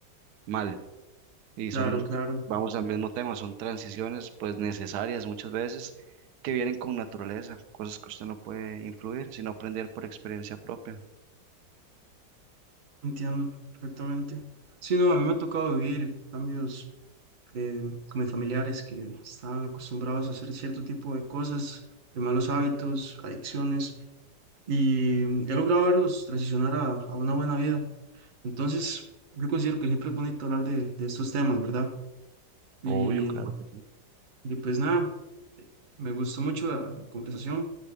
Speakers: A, on the right; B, on the right.
A: mal. y
B: Claro,
A: son,
B: claro,
A: vamos al mismo tema, son transiciones pues necesarias muchas veces que vienen con naturaleza, cosas que usted no puede influir, sino aprender por experiencia propia.
B: entiendo perfectamente. Sí, no, a mí me ha tocado vivir cambios eh, con mis familiares que estaban acostumbrados a hacer cierto tipo de cosas, de malos hábitos, adicciones, y mm, he logrado verlos transicionar a, a una buena vida. Entonces, yo considero que siempre es bonito hablar de, de estos temas, ¿verdad? Y
A: Obvio, claro que sí.
B: Y pues nada, eh, me gustó mucho la la conversación.